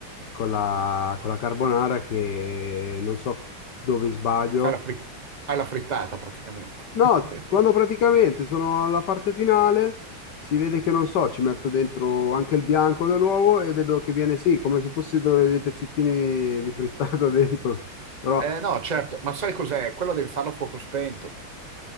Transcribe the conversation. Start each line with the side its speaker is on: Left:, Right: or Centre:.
Left: con la, con la carbonara che non so dove sbaglio
Right: Fai la fri- fai la frittata praticamente.
Left: No,
Right: <laughs>
Left: quando praticamente sono alla parte finale, si vede che non so, ci metto dentro anche il bianco dell'uovo e vedo che viene sì, come se fossero dei pezzettini di frittata <laughs> dentro. Però,
Right: Eh, no, certo, ma sai cos'è? Quello devi farlo a fuoco spento.